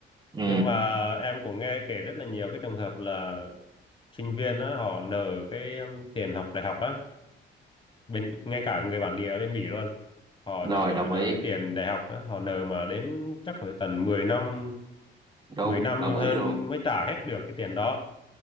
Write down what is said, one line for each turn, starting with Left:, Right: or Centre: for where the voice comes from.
Right: ừ
Left: nhưng mà em cũng nghe kể rất là nhiều cái trường hợp là sinh viên á, họ nợ cái um, tiền học đại học á bên ngay cả người bản địa ở bên Bỉ luôn họ
Right: rồi
Left: nợ
Right: đồng
Left: nợ
Right: ý
Left: cái tiền đại học á, họ nợ mà đến chắc phải tận 10 năm
Right: đúng
Left: 10 năm
Right: đồng
Left: hơn
Right: ý luôn
Left: mới trả hết được cái tiền đó